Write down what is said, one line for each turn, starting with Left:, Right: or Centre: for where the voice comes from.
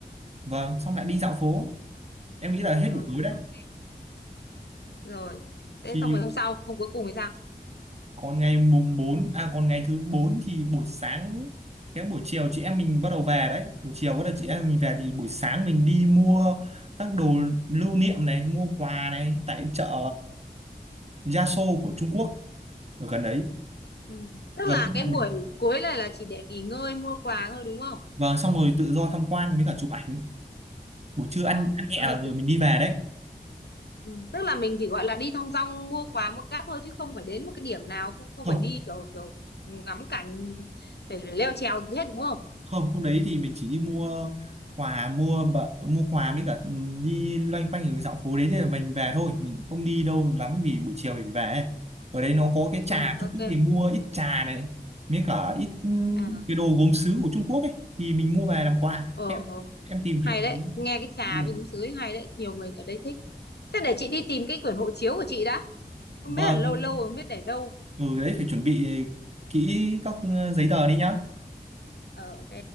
Right: vâng xong lại đi dạo phố em nghĩ là hết
Left: rồi
Right: buổi tối đấy
Left: ok, rồi thế
Right: thì
Left: xong rồi hôm sau hôm cuối cùng thì sao
Right: còn ngày mùng bốn à còn ngày thứ 4 thì buổi sáng cái buổi chiều chị em mình bắt đầu về đấy buổi chiều bắt đầu chị em mình về thì buổi sáng mình đi mua các đồ lưu niệm này mua quà này tại chợ Yaso của Trung Quốc ở gần đấy
Left: ừ. tức
Right: gần
Left: là
Right: khách
Left: cái
Right: sạn
Left: buổi
Right: mình
Left: cuối này là chỉ để nghỉ ngơi mua quà thôi đúng không
Right: vâng xong rồi tự do tham quan với cả chụp ảnh buổi trưa
Left: ờ,
Right: ăn ăn nhẹ
Left: ờ,
Right: là rồi
Left: t-
Right: mình đi về đấy
Left: ừ. tức là mình chỉ gọi là đi thong dong mua quà mua cáp thôi chứ không phải đến một cái điểm nào không không
Right: ừ
Left: phải đi kiểu kiểu ngắm cảnh phải, phải leo trèo gì hết đúng không
Right: không hôm đấy thì mình chỉ đi mua quà mua bợ- mua quà với cả ừ, đi loanh quanh ở dạo phố đấy thì mình về thôi mình không đi đâu lắm vì buổi chiều thì về ấy. ở đấy nó có cái trà
Left: ừ ok
Right: Trung Quốc thì mua ít trà này với cả ít ừ,
Left: à.
Right: cái đồ gốm sứ của Trung Quốc ấy thì mình mua về làm quà
Left: ờ
Right: em
Left: ờ
Right: em tìm hiểu
Left: hay đấy nghe cái trà
Right: thấy được
Left: với gúng sứ ấy hay đấy nhiều người ở đây thích thế để chị đi tìm cái quyển hộ chiếu của chị đã không
Right: vâng
Left: biết là lâu
Right: thì-
Left: lâu rồi không biết để đâu
Right: ừ đấy phải chuẩn bị kỹ các ừ, giấy tờ đi nhá
Left: ờ ok